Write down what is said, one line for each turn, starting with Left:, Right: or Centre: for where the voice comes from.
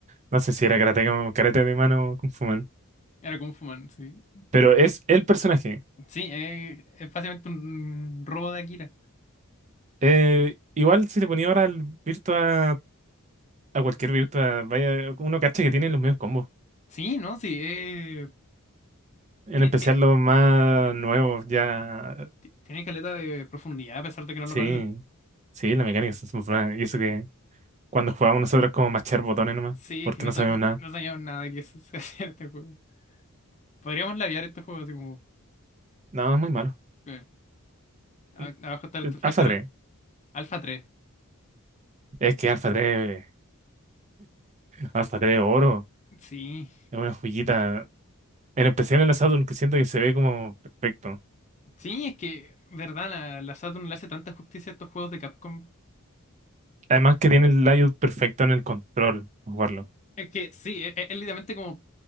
Right: no sé si era karateka o karate de mano o Kung Fu Man.
Left: era Kung Fu Man, sí.
Right: Pero es el personaje.
Left: Sí, es, es básicamente un robo de Akira.
Right: Eh, igual si le ponía ahora al Virtua, a cualquier Virtua, vaya, uno cacha que tiene los mismos combos.
Left: Sí, ¿no? Sí, es-
Right: En
Left: ti-
Right: especial
Left: ti-
Right: los más nuevos, ya.
Left: ti- tiene caleta de profundidad a pesar de que no
Right: Sí,
Left: lo parece.
Right: sí, la mecánica es muy buena. Y eso que cuando jugábamos nosotros como machar botones nomás,
Left: Sí,
Right: porque
Left: es que no,
Right: no
Left: sa-
Right: sabemos nada.
Left: no sabíamos nada que eso <laughs> se hacía en este juego. Podríamos labiar estos juegos así como.
Right: No, es muy malo.
Left: eh, a-
Right: Mm,
Left: Abajo está el
Right: eh,
Left: Street
Right: Alpha
Left: Fighter
Right: 3.
Left: Al- Alpha tres
Right: Es que Alpha 3, Alpha 3 oro,
Left: Sí.
Right: es una joyita. En especial en la Saturn, que siento que se ve como perfecto.
Left: Sí, es que, verdad, la, la Saturn le hace tanta justicia a estos juegos de Capcom.
Right: Además que tiene el layout perfecto en el control, para jugarlo.
Left: Es que sí, es, es literalmente como.